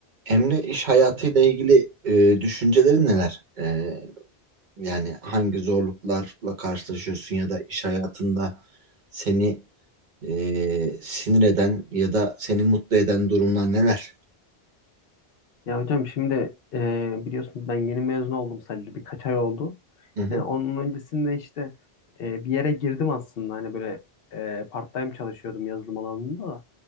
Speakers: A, on the right; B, on the left.
A: Emre iş hayatıyla ilgili e, düşüncelerin neler? E, yani hangi zorluklarla karşılaşıyorsun ya da iş hayatında seni e, sinir eden ya da seni mutlu eden durumlar neler?
B: Ya hocam şimdi e, biliyorsunuz ben yeni mezun oldum sadece birkaç ay oldu.
A: Hı hı.
B: E, onun öncesinde işte e, bir yere girdim aslında hani böyle e, part-time çalışıyordum yazılım alanında da.